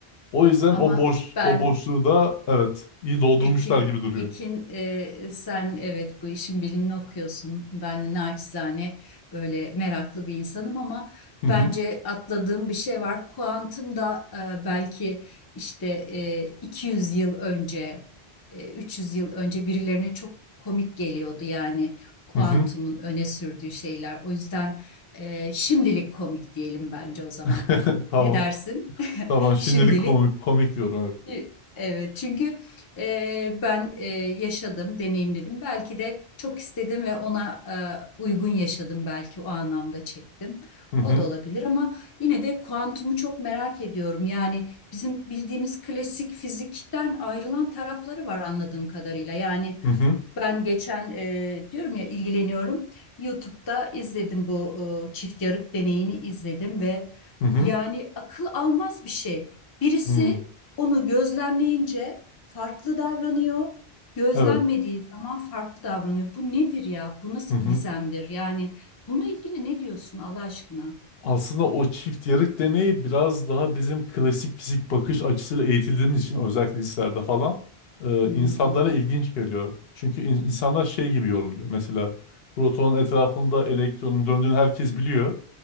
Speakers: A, on the left; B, on the left.
A: O yüzden
B: Ama
A: o boş
B: ben
A: o boşluğu da evet iyi doldurmuşlar
B: Ekin,
A: gibi duruyor.
B: Ekin e, sen evet bu işin bilimini okuyorsun. Ben naçizane böyle meraklı bir insanım ama
A: Hı hı.
B: bence atladığım bir şey var. Kuantum da e, belki işte e, 200 yıl önce, e, 300 yıl önce birilerine çok komik geliyordu yani kuantumun
A: Hı hı.
B: öne sürdüğü şeyler. O yüzden e, şimdilik komik diyelim bence o zaman.
A: <laughs> Tamam.
B: Ne dersin?
A: Tamam.
B: <laughs>
A: Şimdilik
B: Şimdilik
A: komik komik diyorum. Evet.
B: ki- Evet çünkü e, ben e, yaşadım, deneyimledim. Belki de çok istedim ve ona e, uygun yaşadım belki o anlamda çektim.
A: Hı hı.
B: O da olabilir ama yine de kuantumu çok merak ediyorum. Yani bizim bildiğimiz klasik fizikten ayrılan tarafları var anladığım kadarıyla. Yani
A: Hı hı.
B: ben geçen e, diyorum ya ilgileniyorum. YouTube'da izledim bu e, çift yarık deneyini izledim ve
A: Hı hı.
B: yani akıl almaz bir şey. Birisi
A: Hı.
B: onu gözlemleyince farklı davranıyor. Gözlenmediği
A: Evet.
B: zaman farklı davranıyor. Bu nedir ya? Bu nasıl
A: Hı hı.
B: bir gizemdir? Yani bununla ilgili ne diyorsun Allah aşkına?
A: Aslında o çift yarık deneyi biraz daha bizim klasik fizik bakış açısıyla eğitildiğimiz için özellikle liselerde falan e,
B: Hı
A: insanlara
B: hı.
A: ilginç geliyor. Çünkü in- insanlar şey gibi yorumluyor. Mesela protonun etrafında elektronun döndüğünü herkes biliyor.